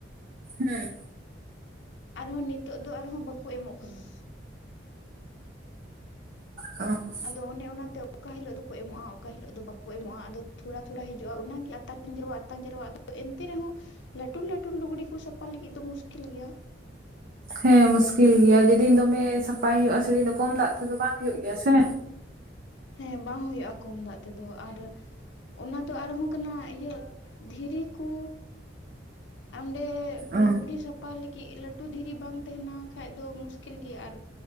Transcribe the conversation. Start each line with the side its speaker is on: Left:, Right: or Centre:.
Right: ᱦᱮᱸ
Left: ᱟᱨᱦᱚᱸ ᱱᱤᱛᱳᱜ ᱫᱚ ᱟᱨᱦᱚᱸ ᱵᱟᱠᱚ ᱮᱢᱚᱜ ᱠᱟᱱᱟ?
Right: ᱚᱸᱻ᱾
Left: ᱟᱫᱚ ᱚᱱᱮ ᱚᱱᱟᱛᱮ ᱚᱠᱟ ᱦᱤᱞᱳᱜ ᱫᱚᱠᱚ ᱮᱢᱚᱜᱼᱟ ᱚᱠᱟ ᱦᱤᱞᱳᱜ ᱫᱚ ᱵᱟᱠᱚ ᱮᱢᱚᱜᱼᱟ ᱟᱫᱚ ᱛᱷᱚᱲᱟ ᱛᱷᱚᱲᱟ ᱦᱤᱡᱩᱜᱼᱟ ᱚᱱᱟᱜᱮ ᱟᱛᱟ ᱯᱟᱸᱨᱣᱟᱜ ᱛᱟᱸᱡᱮᱨᱣᱟᱜ ᱫᱚ ᱮᱱᱛᱮ ᱨᱮᱦᱚᱸ ᱞᱟᱟᱹᱴᱩ ᱞᱟᱹᱴᱩ ᱞᱩᱜᱽᱲᱤ ᱠᱚ ᱥᱟᱯᱷᱟ ᱞᱟᱹᱜᱤᱫ ᱫᱚ ᱢᱩᱥᱠᱤᱞ ᱜᱮᱭᱟ?
Right: ᱦᱮᱸ ᱢᱩᱥᱠᱤᱞ ᱜᱮᱭᱟ ᱡᱮᱫᱤᱱ ᱫᱚᱢᱮ ᱥᱟᱯᱷᱟᱭ ᱦᱩᱭᱩᱜᱼᱟ, ᱥᱮᱫᱤᱱ ᱫᱚ ᱠᱚᱢ ᱫᱟᱜ ᱛᱮᱫᱚ ᱵᱟᱝ ᱦᱩᱭᱩᱜ ᱜᱮᱭᱟ ᱥᱮ
Left: ᱦᱮᱸ ᱵᱟᱝ ᱦᱩᱭᱩᱜᱼᱟ ᱠᱚᱢ ᱫᱟᱜ ᱛᱮᱫᱚ ᱟᱨ ᱚᱱᱟ ᱫᱚ ᱟᱨᱦᱚᱸ ᱠᱟᱱᱟ ᱤᱭᱟᱹ ᱫᱷᱤᱨᱤ ᱠᱩ ᱚᱸᱰᱮ
Right: ᱚ
Left: ᱞᱩᱜᱽᱲᱤ ᱥᱟᱯᱷᱟ ᱞᱟᱹᱜᱤᱫ ᱞᱟᱹᱴᱩ ᱫᱷᱤᱨᱤ ᱵᱟᱝ ᱛᱟᱸᱦᱮᱱᱟᱠᱷᱟᱡ ᱫᱚ ᱢᱩᱥᱠᱤᱞ ᱜᱮᱭᱟ ᱟᱨ